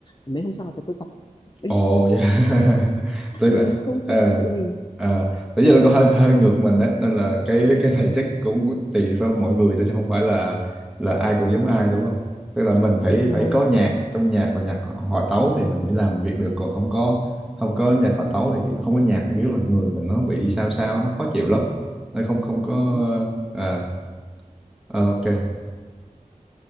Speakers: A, on the left (about 30°); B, in the centre.
A: mấy hôm sau là tớ quên sạch <laughs>
B: Ồ yeah. <laughs> Tức
A: ừ
B: là
A: không không
B: ờ,
A: có ấn tượng gì
B: ờ, bây giờ là có hơi hơi ngược mình á nên là cái cái này chắc cũng tùy vào mọi người thôi chứ không phải là là ai cũng giống ai đúng không? Tức là mình phải
A: đúng rồi
B: phải có nhạc trong nhạc và nhạc họ- hòa tấu thì mình mới làm việc được còn không có không có nhạc hòa tấu thì kiểu- không có nhạc thì kiểu là người mình nó bị sao sao nó khó chịu lắm. Nó không không có
A: ồ
B: ờ, ờ, ok.